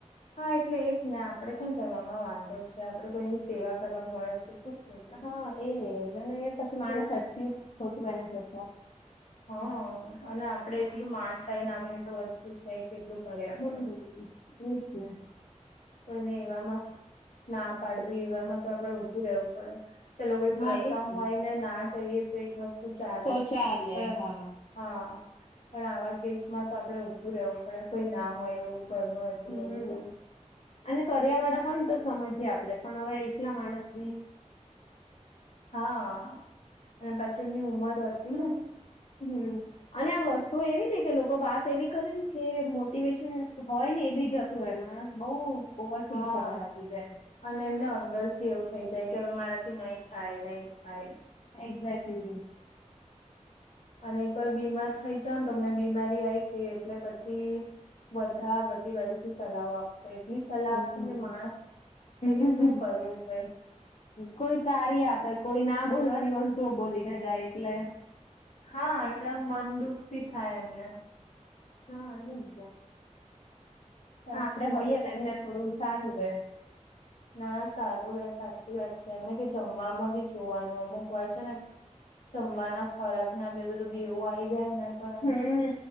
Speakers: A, on the left; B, on the left.
A: હા એટલે એ જ ને આપડે કઈ જવામાં વાંધો છે આપડે કોઈની સેવા કરવા મળે છે શું. ખોટું
B: હા એજ ને એ પછી
A: શું
B: માણસ અટુંછ ખોતું એના કરતા.
A: હ અને આપડે એટલું માણસાાઈ નામની તો વસ્તુ છે. કેટલું. આપીએ
B: હમ એજ ને.
A: કોઈને એવામાં ના પાડવી એવામાં તો આપડે ઉઊભું રહેવું પડે. ચલો કોઈ
B: હા
A: પ્રસંગ
B: એજ
A: હોય ને ના જઈએ તો એક વસ્તુ ચાલે.
B: તો ચાલે
A: પણ
B: હા
A: હા પણ આવા કેસ માં તો આપણેે ઉભું રહેવું પડે. કોઈ ના હોય એવું કર એટલું
B: હમ
A: બધું તો.
B: અને કરિયા વાળા હોય ને તો સમજીએ આપડે પણ હવે એકલા માણસ.
A: હા અને પછી એમની ઉમર હતી ને.
B: હમ. અને આ વસ્તુ એવી ને કે લોકો વાત એવી કરે ને કે મોટિવેશન હોય ને એ બી જ. માણસ બહુ ઓવર થથીંક
A: હા
B: કરવા લાગી જાય.
A: અને એમને અંદરથી એવું થઇ જાય કે હવે મારાથી નહી થાય નહી થાય.
B: એક્ઝે્ટલી.
A: અને કોઈ બીમાર થઇ જ ને તમને બીમારી આવી ગઈ એટલે પછી. બધા બધી બાજુ થી સલાહો આપ. એટલી સલાહ
B: હમ.
A: આપશે કે મા
B: હમ.
A: ક કે શું કરવું કઈ.
B: કોઈ સારી આપે કોઈ ના બોલવાની વસ્તુઓ બોલી ના જાય એટલે.
A: હા એટલે મન દુઃખ ભી થાય એમને.
B: હા એવુંજ
A: સાચી
B: આપડે
A: વાત
B: હોઈએ તો
A: છે
B: એમને થોડું સારું રહે.
A: ના સારું એ સાચી વાત છે એમને કે જમવામાં બી જોવાનું અમુક હોય છે ને. જમવા ના ખોરાક ના બે બધું બીવું આઈ જાય ને. તો એમ
B: હમ.